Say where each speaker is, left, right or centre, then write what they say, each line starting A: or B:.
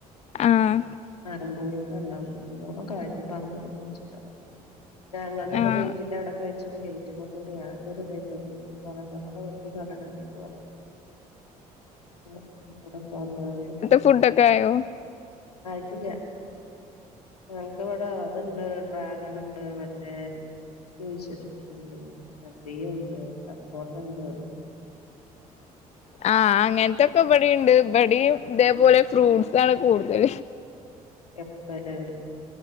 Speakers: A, on the left; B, on the left.
A: ആഹ്
B: പറമ്പ് വയ്ക്കാ ണ്ടാവും നല്ലോണം കായ്ക്കും. പറമ്പിലൊക്കെ കുഴിച്ചിട്ട ഞങ്ങളത്
A: ആഹ്
B: ഗേറ്റിന്റെ അവിടൊക്കെ വെച്ചത് കൊ ചറ്റപ്പ കൂടി <unintelligible> ഞാൻ പറഞ്ഞ കൂടെ വെട്ടികളണംപ്പ് പറഞ്ഞു ആ തിക്കൂടൊക്കെ വന്ന് ക്കണ്ട്
A: ഫുഡൊക്കായോ
B: ആയിട്ടില്ല ഞനക്ക് ഇവിടാ അത്ണ്ട് ഡ്രാഗണ് ണ്ട് മറ്റേ <unintelligible> കുയ്ച്ചിട്ട്ട്ട്ണ്ട് അബിയുണ്ട് സപ്പോ കണ്ട്
A: <unintelligible> ആ അങ്ങനത്തൊക്കെ ഇവിടേണ്ട് ഇവടേയും ഇതേപോലെ ഫ്രൂട്ടസ് ആണ് കൂടുതൽ
B: പ്പല്